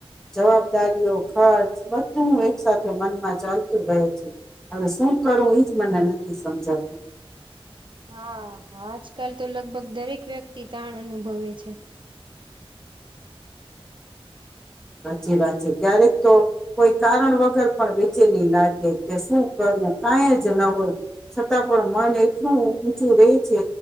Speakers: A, in the centre; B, on the right.
A: જવાબદારીઓ ખર્ચ બધું એક સાથે મનમાં ચાલતું ગય છે હવે શું કરું એજ મને નથી સમજાતું.
B: હા આજકાલ તો લગભગ દરેક વ્યક્તિ તાણ અનુભવે છે.
A: સાચી વાત છે ક્યારેક તો કોઈ કારણ વગર પણ વેચેની લાગે કે શું કરવું કાઈ જ ન હોય છતાં પણ મન એટલું ઊંચું રે છે